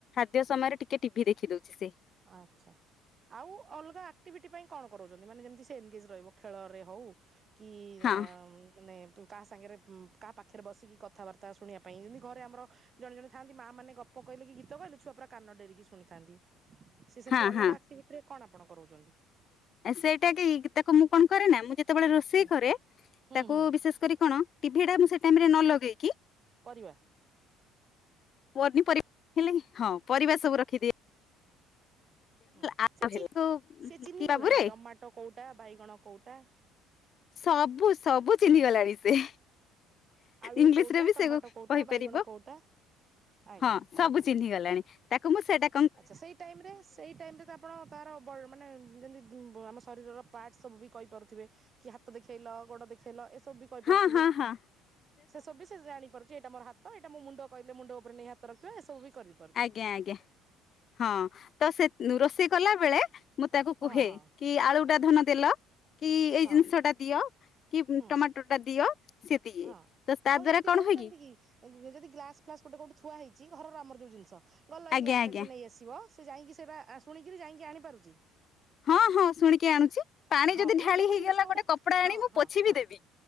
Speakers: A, on the left; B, on the right.
A: ସଂଧ୍ୟା ସମୟରେ ଟିକେ ଟିଭିି ଦେଖିଦଉଚି ସେ -
B: ଆଚ୍ଛା ଆଉ ଅଲଗା ଆକ୍ଟିଭିଟି ପାଇଁ କଣ କରଉଚନ୍ତି ମାନେ ଯେମିତି ସେ ଏନ୍ଗେଜ ରହିବ ଖେଳରେ ହଉ କି
A: ହଁ
B: ଆ ମାନେ ତୁତ୍ କାହା ସାଙ୍ଗରେ କାହା ପାଖରେ ବସିକି କଥାବାର୍ତ୍ତା ଶୁଣିବା ପାଇଁ ଯେମିତି ଘରେ ଆମର ଜଣେ ଜଣେ ଥାନ୍ତି ମା ମାନେ ଗପ କହିଲେ କି ଗୀତ କହିଲେ ଛଆ ପୁରା କାନ ଡେରିକି ଶୁଣିଥାନ୍ତି ସେ ସେମିତି
A: ହଁ
B: ଅଲଗା
A: ହଁ
B: ଆକ୍ଟିଭିଟିରେ କଣ ଆପଣ କରାଉଚନ୍ତି?
A: ସେଇଟା କି ତାକୁ ମୁଁ କଣ କରେ ନା ମୁଁ ଯେତେବେଳେ ରୋଷେଇ
B: ହୁଁ
A: କରେ
B: ହୁଁ
A: ତାକୁ
B: ହୁଁ
A: ବିଶେଷ କରି କଣ ଟିଭି ଟା ମୁଁ ସେ ଟାଇମ୍ ରେ ନ ଲଗେଇକି
B: ପରିବା
A: ପନୀ ପ-ହେଲେ ହଁ ପରିବା ସବୁ ରଖିଦିଏ।
B: ହୁଁ
A: ଆପ୍
B: ସେ
A: ହେଲା
B: ସେ
A: ତ
B: ଚି-ଚିହ୍ନିଗଲାଣି
A: କି ବାବୁରେ
B: ଟମାଟୋ କୋଉଟା, ବାଇଗଣ କୋଉଟା
A: ସବୁ ସବୁ ଚିହ୍ନି ଗଲାଣି ସେ।
B: ଆଳୁ
A: ଇଂଲିଶ
B: କୋଉଟା
A: ରେ ବି
B: ଟମାଟୋ
A: ସେ କହିପାରିବ।
B: କୋଉଟା ବାଇଗଣ କୋଉଟା ଆଜ୍ଞା
A: ହଁ ସବୁ
B: ଆଜ୍ଞା
A: ଚିହ୍ନି ଗଲାଣି ତାକୁ ମୁଁ ସେଟା
B: ଆଚ୍ଛା ସେଇ ଟାଇମ୍ ରେ ସେଇ ଟାଇମ୍ ରେ ଆପଣ ତାର ମାନେ ଯେମିତି ଆମ ଶରୀରର ପାର୍ଟସ୍ ସବୁ ବି କହିପାରୁଥିବେ। କି ହାତ ଦେଖେଇଲ ଗୋଡ ଦେଖେଇଲ ଏସବୁ କହିପାରୁଥିବେ।
A: ହଁ ହଁ ହଁ
B: ସେ ସବୁ ବି ସେ ଜାଣିପାରୁଛି ଏଇଟା ମୋର ହାତ ତ ଏଇଟା ମୁଁ ମୁଣ୍ଡ କହିଲେ ମୁଣ୍ଡ ଉପରେ ନେଇ ହାତ ରଖିବ ଏସବୁ ବି କରିବି।
A: ଆଜ୍ଞା ଆଜ୍ଞା। ହଁ ତ ସେ ରୋଷେଇ କଲା ବେଳେ ମୁଁ ତାକୁ
B: ହଁ
A: କୁହେ
B: ହଁ
A: କି ଆଳୁ ଟା ଧନ ଦେଲ, କି ଏଇ
B: ହଁ
A: ଜିନିଷ ଟା ଦିଅ କି
B: ହୁଁ
A: ଟମାଟୋ ଟା ଦିଅ ସେତିିକ
B: ହଁ
A: ତ ସ୍ ତା
B: ଆଉ ଏମିତି
A: ଦ୍ଵାରା କଣ
B: କହୁଛନ୍ତି
A: ହୁଏ କି?
B: ଯଦି ଗ୍ଳାସ୍ ଫ୍ଲାସ୍ ଗୋଟେ କଉଁଠି ଥୁଆଇଛି ଘର ଆମର ଯେଉଁ ଜିନିଷ ଗଲ ଏଇ
A: ଆଜ୍ଞା
B: ଗ୍ଲାସ୍ଟା
A: ଆଜ୍ଞା
B: ଟିକେ ନେଇଆସିବ। ସେ ଯାଇକି ସେରା ଶୁଣିକିରି ଯାଇକି ଆଣିପାରୁଛି।
A: ହଁ ହଁ ଶୁଣିକି ଆଣୁଛି। ପାଣି
B: ହଁ
A: ଯଦି
B: ଏଇ
A: ଢାଳି
B: ସବୁ
A: ହେଇଗଲା
B: ଜିନିଷ ଗୁଡା
A: ଗୋଟେ କପଡା
B: ହଁ
A: ଆଣି ମୁଁ
B: ହଁ
A: ପୋଛି
B: ହଁ
A: ବିି ଦେବି।